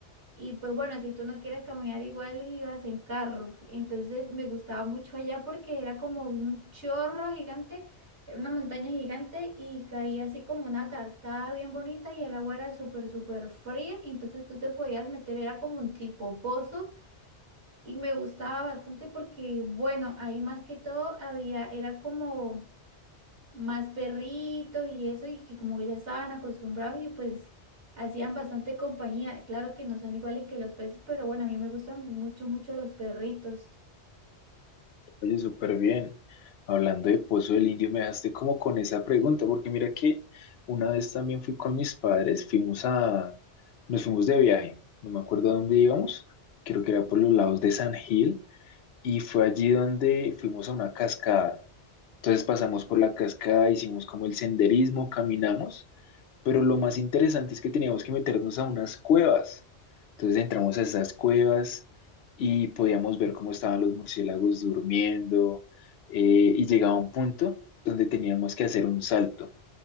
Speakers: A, on the right (about 85°); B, on the left (about 70°).
A: Y pues bueno, si tú no quieres caminar igual, ibas en carro. Entonces me gustaba mucho allá porque era como un chorro gigante, era una montaña gigante y caía así como una cascada bien bonita y el agua era súper, súper fría. y Entonces tú te podías meter, era como un tipo pozo y me gustaba bastante porque, bueno, ahí más que todo había, era como más perritos y eso, y que como que ya estaban acostumbrados y pues hacían bastante compañía. Claro que no son iguales que los peces, pero bueno, a mí me gustan mucho, mucho los perritos.
B: Oye, súper bien. Hablando de Pozo del Indio, me dejaste como con esa pregunta, porque mira que una vez también fui con mis padres, fuimos a, nos fuimos de viaje, no me acuerdo a dónde íbamos, creo que era por los lados de San Gil, y fue allí donde fuimos a una cascada. Entonces pasamos por la cascada, hicimos como el senderismo, caminamos, pero lo más interesante es que teníamos que meternos a unas cuevas. Entonces entramos a esas cuevas y podíamos ver cómo estaban los murciélagos durmiendo eh, y llegaba un punto donde teníamos que hacer un salto,